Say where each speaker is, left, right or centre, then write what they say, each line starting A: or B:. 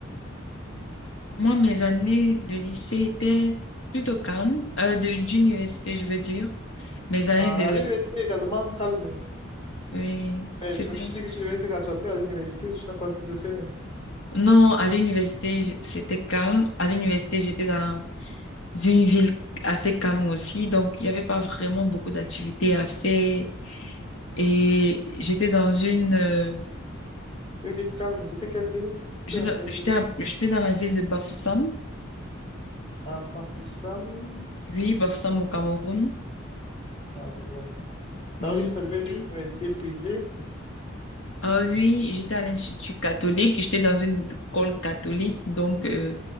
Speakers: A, on the left; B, on the left.
A: moi, mes années de lycée étaient plutôt calmes, euh, de- d'université, je veux dire. Mes années
B: Ah,
A: de,
B: à l'université également, calme.
A: oui,
B: Mais
A: c'était,
B: je me suis dit que tu devais te rattraper à l'université, tu n'as pas pu le faire.
A: non, à l'université, j- c'était calme. À l'université, j'étais dans une ville assez calme aussi, donc il n'y avait pas vraiment beaucoup d'activités à faire. Et j'étais dans une, euh,
B: Une ville calme, c'était quelle ville? C'était
A: J'étais
B: dans quelle
A: j'étais
B: ville?
A: à- j'étais dans la ville de Bafoussam.
B: À Pafoussam?
A: Oui, Bafoussam au Cameroun.
B: Ah, je vois. T'avais
A: Oui,
B: dit que ça devait
A: c'était-
B: être une université privée?
A: ah oui, j'étais à l'institut catholique. J'étais dans une école catholique, donc euh,